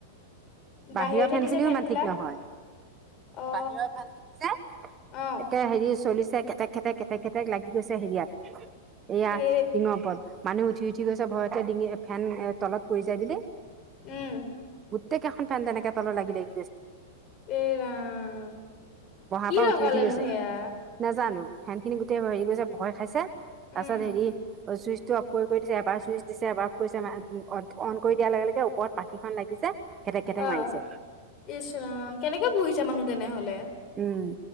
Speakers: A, on the right (about 30°); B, on the left (about 40°).
A: বাহিৰৰ
B: বাহিৰতহে
A: ফেন
B: দিছে
A: খিনিও ইমান
B: বিলাক
A: ঠিক নহয় ।
B: অ
A: বাহিৰৰ ফেনিখিনি যে
B: অ
A: এতিয়া হেৰি, চলিছে। ঘেটেক ঘেটেক ঘেটেক ঘেটেক লাগি গৈছে হেৰিয়াত। এয়া
B: এ
A: টিঙৰ ওপৰত । মানুহ উঠি উঠি গৈছে । ভয়তে ডিঙি, ফেন তলত পৰি যায় বুলি ।
B: উম।
A: প্ৰত্যকেইখন ফে তেনেক তল লাগি দে ।
B: এ ৰাম।
A: বহাৰ
B: কি
A: পৰা
B: লগালেনো
A: উঠি উঠি গৈছে
B: সেয়া
A: নাজানো। ফেন খিনি গোটেই হেৰি কৰিছে ভয় খাইছে তাৰ
B: উম
A: পাছত হেৰি চুইচ। টো অফ কৰি দিছে এবাৰ চুইচ দিছে এবাৰ অফ কৰিছে অন কৰি দিয়াৰ লগে লগে ওপৰত পাখিখন লাগিছে। খেটেক খেটেক
B: আহ
A: মাৰিছে
B: ইচৰাম কেনেকে পুহিছে মানুহ তেনেহলে।
A: উম